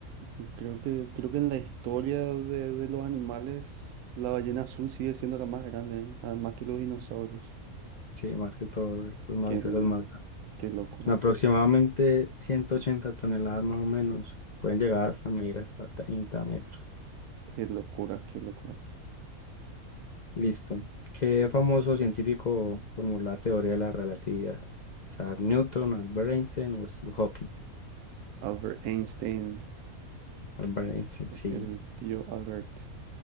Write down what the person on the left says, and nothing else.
Sí, más que todo, los mamíferos
más grandes.
Aproximadamente 180 toneladas más o menos. Pueden llegar hasta medir hasta 30 metros.
Listo. ¿Qué famoso científico formuló la teoría de la relatividad? Isaac Newton, Albert Einstein o Stephen Hawking.
Albert Einstein, sí.